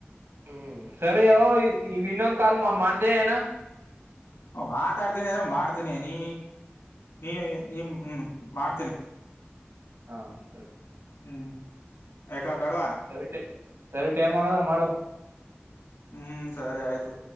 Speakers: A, on the right (about 70°); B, on the left (about 70°).
A: ಹ್ಮ್ ಸರಿ ಈ ಇನ್ನೊಂದ್ ಕಾಲ್ ಮಾಡ್ತ <unintelligible>
B: ಹ ಮಾತಾಡ್ತೀನಿ ಅಂದ್ರೆ ಮಾಡ್ತೀನಿ ನೀ ನೀ ನೀ ಹ್ಮ್ ಮಾಡ್ತೀನಿ
A: ಹಾ ಸರಿ
B: ಹ್ಮ್ ಆಯ್ತ್ ಕ ಬೇಡ್ವಾ
A: ಸರಿ ಟೆ ಸರಿ ಟೈಮ್ ಆಗದ ಮಾಡು
B: ಹ್ಮ್ ಸರಿ ಆಯ್ತು